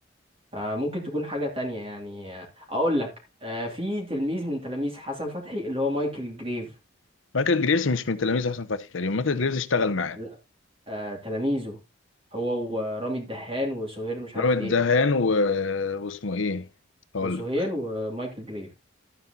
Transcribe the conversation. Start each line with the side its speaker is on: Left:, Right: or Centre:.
Right: فممكن تكون حاجه تانية يعني آه، اقول لك آه... في تلميذ من تلاميذ حسن فتحي اللي هو مايكل جريف
Left: مايكل جريفز مش من تلاميذ حسن فتحي تقريبا مايكل جريفز اشتغل معاه
Right: لا آه... تلاميذه هو ورامي الدهان وسهير مش عارف
Left: رامي
Right: ايه
Left: الدهان و... واسمه ايه هقول
Right: وسهير
Left: لك
Right: ومايكل جريف